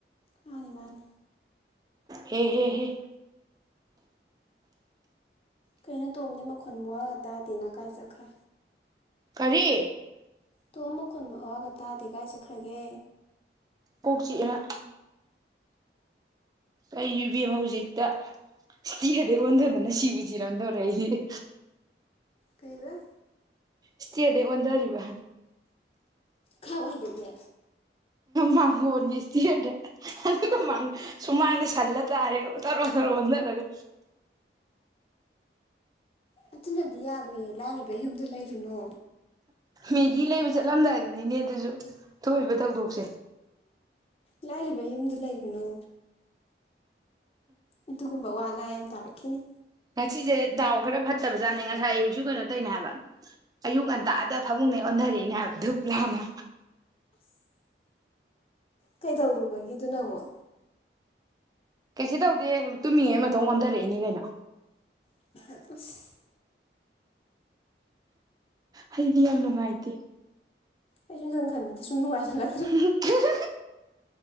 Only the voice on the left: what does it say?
ꯃꯥꯅꯤ ꯃꯥꯅꯤ
ꯀꯩꯅꯣ ꯇꯣꯝꯗꯤ ꯃꯈꯣꯟ ꯃꯋꯥꯒ ꯇꯥꯗꯦꯅ ꯀꯥꯏꯆꯥꯠꯈ꯭ꯔꯦ
ꯇꯣꯝ ꯃꯀꯣꯟ ꯃꯋꯥꯒ ꯇꯥꯗꯦ ꯀꯥꯏ ꯆꯠꯈ꯭ꯔꯒꯦ
ꯀꯩꯕ
ꯈꯥꯕ ꯍꯥꯏꯗꯕꯤ
ꯑꯗꯨꯅꯗꯤ ꯌꯥꯔꯣꯢꯌꯦ ꯂꯥꯏꯔꯕꯩ ꯌꯨꯝꯗ ꯂꯩꯔꯨꯅꯣ
ꯂꯥꯏꯔꯕꯩ ꯌꯨꯝꯗ ꯂꯩꯔꯨꯅꯣ ꯑꯗꯨꯒꯨꯝꯕ ꯑꯋꯥ ꯑꯅ ꯌꯥꯝ ꯇꯥꯔꯛꯈꯤꯅꯤ
ꯀꯩꯗꯧꯔꯨꯕꯒꯤ ꯑꯗꯨꯅ ꯑꯃꯨꯛ
ꯢꯁ
ꯑꯩꯗꯤ ꯅꯪꯒꯤ ꯈꯟꯗꯕ ꯁꯨꯝ ꯅꯨꯡꯉꯥꯏꯁꯤꯜꯂꯛꯇ꯭ꯔꯦ